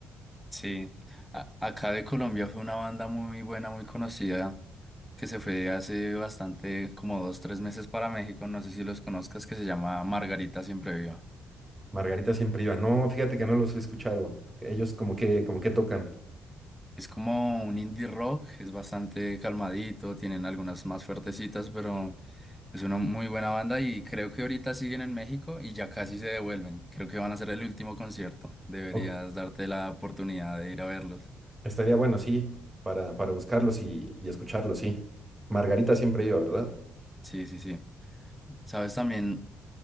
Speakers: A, in the centre; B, on the right.
A: Sí, A- acá de Colombia fue una banda muy buena, muy conocida, que se fue hace bastante, como dos, tres meses para México, no sé si los conozcas, que se llama Margarita Siempre Viva.
B: Margarita siempre iba. No, fíjate que no los he escuchado. Ellos como que, como que tocan.
A: Es como un indie rock, es bastante calmadito, tienen algunas más fuertecitas, pero es una muy buena banda y creo que ahorita siguen en México y ya casi se devuelven. Creo que van a ser el último concierto, deberías
B: O-
A: darte la oportunidad de ir a verlos.
B: estaría bueno, sí, para, para buscarlos y, y escucharlos, sí. Margarita siempre iba, ¿verdad?
A: Sí, sí, sí. Sabes, también